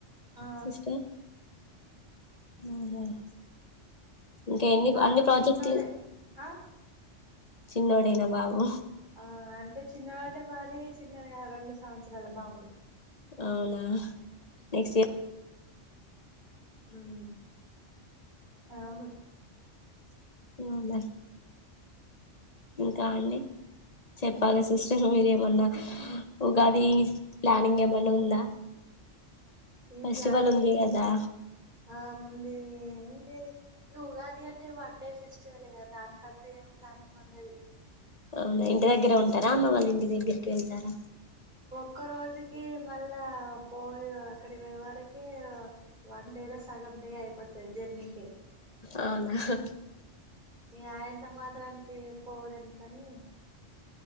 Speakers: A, on the right; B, on the left.
A: ఆ
B: సిస్టర్ ఉహుమ్ ఇంకా ఎన్ని
A: బాబు
B: అన్ని ప్రాజెక్ట్లు
A: చిన్నోడే ఆ
B: చిన్నోడేనా బాబు
A: ఆ అంటే చిన్నడు అంటే మరి చిన్నడు రెండు సంవత్సరాల బాబు
B: అవునా నెక్స్ట్ ఇయర్
A: హమ్ అవును
B: <unintelligible> ఇంకా అండి చెప్పాలి సిస్టర్ మీరే మొన్న ఉగాది ప్లానింగ్ ఏమైనా ఉందా
A: మి
B: ఫెస్టివల్
A: ప్లానింగ్
B: ఉంది కదా
A: ఆ ముంది ఏమి లేదు ఈ ఉగాది అంటే వన్ డే ఫెస్టివల్ గదా దానికంతా ఏం ప్లానింగ్ ఉండదదు
B: అవునా ఇంటి దగ్గరే ఉంటారా అమ్మ వాళ్ళ ఇంటి దగ్గరికి వెళ్తారా
A: ఒక్క రోజుకి మళ్ళా పోయి అక్కడి వరకి వన్ డే లో సగం డే అయిపోదీ జర్నీకె
B: అవునాఆహ్
A: మీ ఆయంత మాత్రానికి పోవడండి కనీ